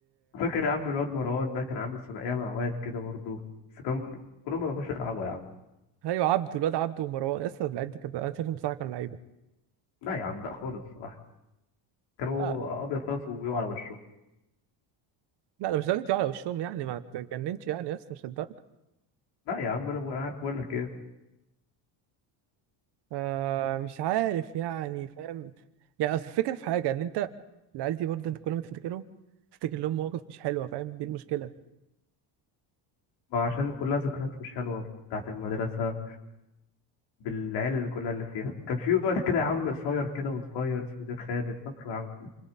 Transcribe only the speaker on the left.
فاكر يا عم الواد مروان ده كان عامل ثنائيه مع واد كده برضو بس كان كلهم ما بيعرفوش يلعبوا يا عم
لا يا عم لا خالص بصراحه كانوا
ابيض خالص وبيقعوا على وشه
لا يا عم انا بقول- أنا عارف اقول لك ايه
ما عشان كلها ذكريات مش حلوة بتاعت المدرسة بالعيال اللي كلها اللي فيها كان في واد كده يا عم قصير كده وصغير اسمه زياد خالد فاكره يا عم